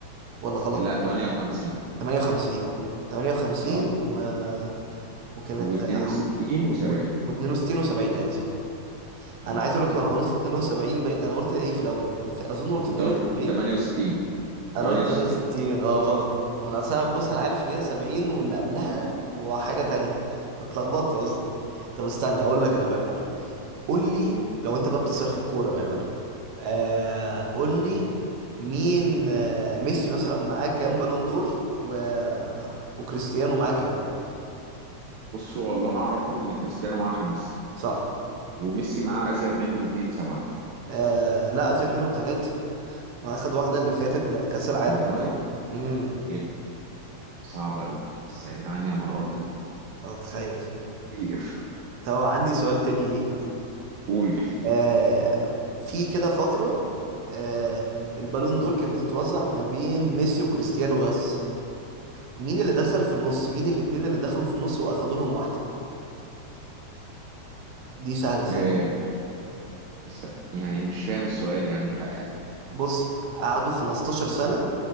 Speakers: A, on the right (about 65°); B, on the right (about 80°).
A: ولا غلط
B: لا لا 58
A: 58 اه 58
B: اه
A: و... وكانت
B: و62
A: و...
B: و70
A: و62 و70 ايوه صح انا
B: اه
A: عايز اقول لك انا قلت 72 بي... انا قلت ايه في الاول في... اظن قلت
B: انت
A: 72
B: قلت 68
A: انا
B: 68
A: قلت 60 اه غلط ما انا أصلاً- بص انا عارف ان هي 70 واللي قبلها وحاجه تانية انا اتلخبطت اصلا طب استنى اقول لك انا بقى يا معلم قول لي لو انت بقى بتسأل في الكوره بقى يا معلم آه قول لي مين آه ميسي مثلا معاه كام بالون دور و... وكريستيانو معاه كام
B: بص والله انا اعرفه ان كريستيانو معاه خمسة
A: صح
B: وميسي معاه ازيد منه باتنين سبعة
A: آه لا اخذ منهم ثلاثه ما اخد واحده اللي فاتت بتاعت كاس العالم
B: والله
A: امم
B: يبقى صعب قوي بس يا جدعان يا نهار ابيض
A: اتخيل
B: كتير
A: طب عندي سؤال تاني ليك بقى
B: قول
A: آه، في كده فترة آه، البالون دور كانت بتتوزع ما بين ميسي وكريستيانو بس مين اللي دخل في النص مين الاتنين اللي دخلوا في النص واخدوا لهم واحدة دي سهلة
B: إيه.
A: سهلة
B: بس يعني مش فاهم السؤال يعني خ...
A: بص قعدوا 15 سنة